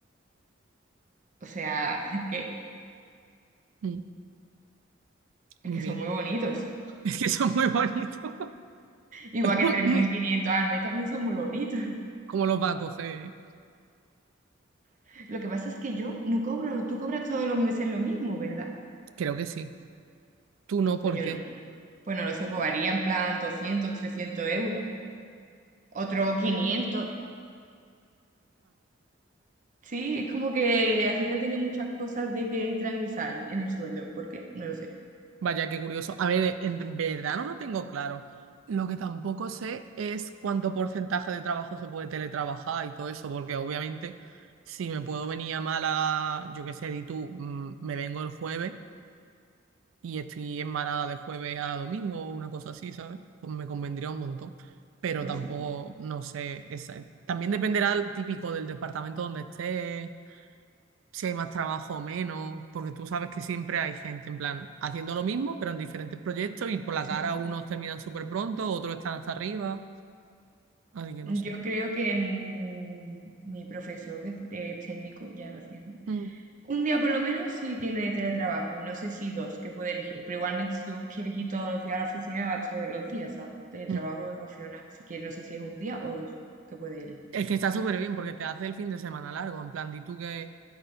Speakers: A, on the right; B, on the right.
A: O sea, <laughs> que,
B: Mm,
A: es
B: Muy
A: que
B: bien.
A: son muy
B: <laughs>
A: bonitos.
B: Es que son muy bonitos.
A: Igual
B: <laughs>
A: que tres mil quinientos al mes también son muy bonitos.
B: ¿Cómo los va a coger?
A: <laughs> Lo que pasa es que yo no cobro, tú cobras todos los meses lo mismo, ¿verdad?
B: Creo que sí. Tú no,
A: Pues
B: ¿por
A: yo
B: qué?
A: no. Pues no lo sé, pues varía en plan 200 300 euros, otro quinientos Sí, es como que Hacienda tiene muchas cosas de que entran y salen en el sueldo. ¿Por qué? No lo sé.
B: Vaya, qué curioso. A ver, en verdad no lo tengo claro. Lo que tampoco sé es cuánto porcentaje de trabajo se puede teletrabajar y todo eso, porque obviamente si me puedo venir a Málaga, yo qué sé, di tú, mm, me vengo el jueves y estoy en Málaga de jueves a domingo o una cosa así, ¿sabes? Pues me convendría un montón, pero
A: Pues
B: tampoco,
A: sí,
B: no sé, esa- también dependerá el típico del departamento donde esté si hay más trabajo o menos, porque tú sabes que siempre hay gente en plan haciendo lo mismo, pero en diferentes proyectos y por la
A: sí.
B: cara unos terminan súper pronto, otros están hasta arriba, así que
A: Yo
B: no sé.
A: creo que el- mi profesor, que es técnico ya de Hacienda,
B: Mm,
A: un día por lo menos sí tiene teletrabajo y no sé si dos que puede elegir, pero igualmente si tú quieres ir todos los días a la oficina, vas todos los días, ¿sabes? Teletrabajo
B: mm.
A: es opcional, si quieres, no sé si es un día o dos que puede elegir.
B: Es que está súper bien porque te hace el fin de semana largo, en plan, di tú que,